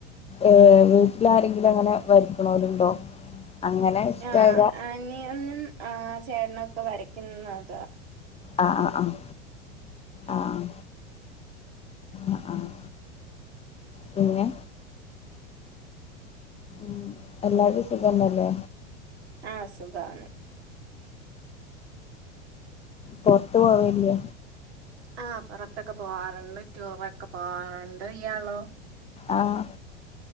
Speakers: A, on the left (about 15°); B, on the right (about 65°).
A: ഏഹ് വീട്ടിലാരെങ്കിലും അങ്ങനെ വരക്കണോലുണ്ടോ? അങ്ങനെ ഇഷ്ടായതാ
B: ആഹ് അനിയനും ആഹ് ചേട്ടനൊക്കെ വരക്കുന്നതാ.
A: ആഹ് ആഹ് ആഹ് ആഹ് ആഹ് ആഹ് പിന്നെ മ് എല്ലാരും സുഖന്നല്ലേ?
B: ആ സുഖാണ്.
A: പൊറത്തു പോവലില്ലേ.
B: ആഹ് പൊറത്തൊക്കെ പോവാറുണ്ട്, ടൂറൊക്കെ പോവാറുണ്ട്, ഇയാളോ?
A: ആഹ്